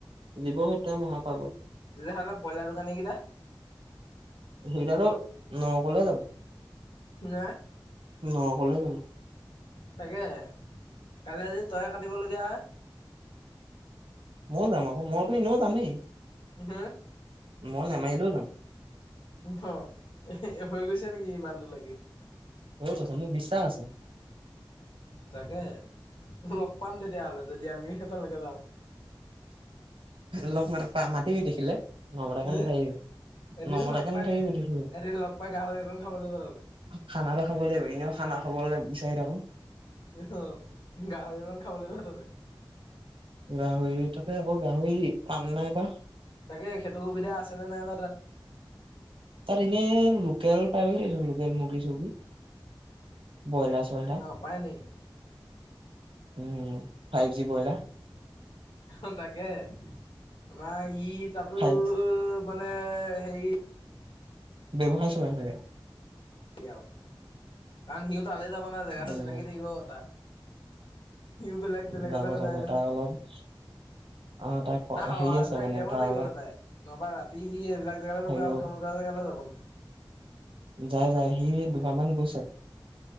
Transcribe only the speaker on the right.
জীৱ সত্য মহাপাব
সেইকেইটাটো নৰকলে যাব
নৰ কলে যাব।
ময়ো যাম আকৌ মইতো এনেও যামেই।
মই নেমাৰিলেও যাম।
মোৰ বিশ্বাস আছে।
লগ মা মাতিবি দেখিলে নমতাকৈ
নাথাকিবি।
নমতাকে
নাথাকিবি দেখিলে
খানা খাব লাগিব, এনেও খানা খাবলৈ বিচাৰি থাকো।
গাহৰি তাতে আকৌ গাহৰি পাম নাই বা।
তাৰ এনেই লোকেল পাবি লোকেল মুৰ্গী চুৰ্গী। বইলা চয়লা।
উম ফাইভ জি বলা।
ফাইভ
ব্যৱহাৰ চলাই থে।
উম
যাব
যাব
তাৰ অলপ অ তাৰ
হেৰি
আছে
মানে
তাৰ
অলপ
থাকিব
যাই যাই সি ও দুবাৰমান গৈছে।